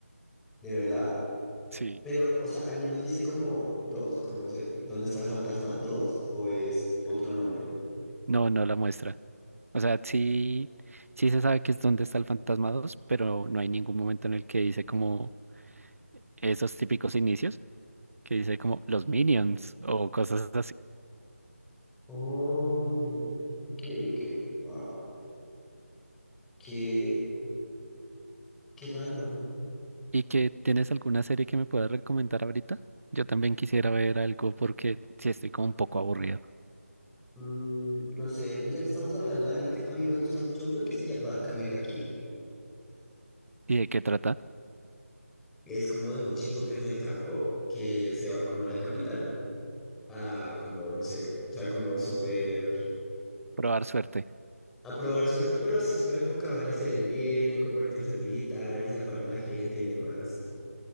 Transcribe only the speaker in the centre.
de verdad.
Pero, o sea, al menos dice como dos, como no sé, ¿dónde está el fantasma? ¿Dos? ¿O es otro nombre?
Oh, ok, ok. Wow. Qué, qué random.
Mm, no sé, pues ya que estamos hablando de anime, a mí me gusta mucho uno que se llama Kamega Kill.
Es como de un chico que es del campo, que se va como a la capital, a como, no sé, o sea, como súper
a probar suerte, pero así súper enfocado en hacer el bien, en convertirse en militar y salvar a la gente y demás.